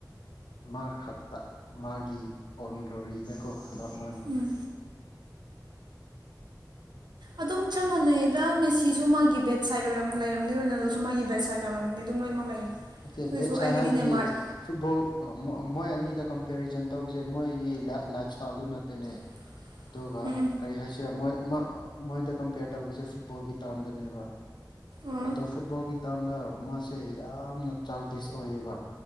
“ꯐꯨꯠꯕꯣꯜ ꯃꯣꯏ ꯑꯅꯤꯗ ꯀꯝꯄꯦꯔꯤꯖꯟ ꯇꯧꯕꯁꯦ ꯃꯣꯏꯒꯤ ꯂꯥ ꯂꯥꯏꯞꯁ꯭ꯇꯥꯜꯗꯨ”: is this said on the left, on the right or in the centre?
Left